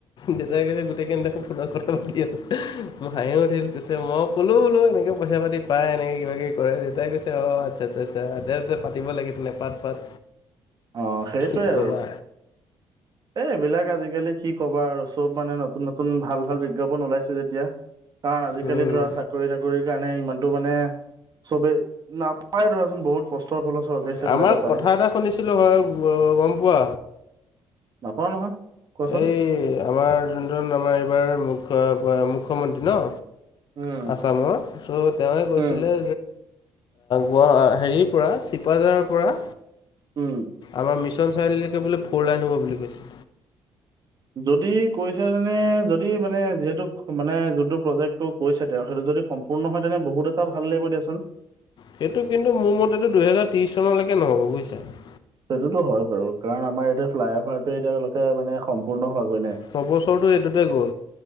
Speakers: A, on the left; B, on the right.
A: দেউতাই কৈছে গোটেইখিনি দেখোন ফোনত কথা পাতি আছে মই হাঁহি, ক'লো বোলো এনেকৈ পইচা পাতি পাই এনে কিবা কিবি কৰে দেউতাই কৈছে অ আচ্ছা আচ্ছা দে পাতিব লাগে তেনে। পাত পাত,
B: অ সেইটোৱে
A: কি ক'বা
B: আৰু এই এইবিলাক আজিকালি। কি ক'বা আৰু চব মানে নতুন নতুন ভাল ভাল বিজ্ঞাপন ওলাইছে যেতিয়া কাৰণ আজিকালি
A: উম
B: ধৰা চা চাকৰি তাকৰিৰ কাৰণে ইমানতটো মানে চবেই নাপায় ধৰাচোন বহুত। কষ্টৰ ফলত চৰকাৰী চাকৰি
A: আমাৰ
B: এটা পায়।
A: কথা <unintelligible> হয় গম পোৱা।
B: নাপাওঁ নহয়। কোৱাচোন
A: এই আমাৰ যোনজন আমাৰ এইবাৰ মু মুখ্যমন্ত্ৰী ন।
B: উম
A: আছামৰ চ তেওঁৱে কৈছিলে।
B: উম
A: গোৱা হেৰিৰ পৰা চিপাঝাৰৰ পৰা।
B: উম,
A: আমাৰ মিছন চাৰিআলিলৈকে বোলে ফ'ৰ লাইন হ'ব বুলি কৈছে।
B: যদি কৈছে যেনে যদি মানে যিহেতু মানে যোনটো প্ৰজেক্টটো। কৈছে তেওঁ সেইটো যদি সম্পূৰ্ণ হয় তেনে বহুত এটা ভাল লাগিব দিয়াচোন।
A: সেইটো কিন্তু মোৰ মতেতো দুহেজাৰ ত্ৰিশ চনলৈকে নহব গৈ চাগে।
B: সেইটোতো হয় বাৰু কাৰণ আমাৰ ইয়াতে ফ্লাই অভাৰটো এতিয়ালৈকে মানে সম্পূৰ্ণ হোৱ গৈ নাই।
A: ছবছৰটো এইটোতে গ'ল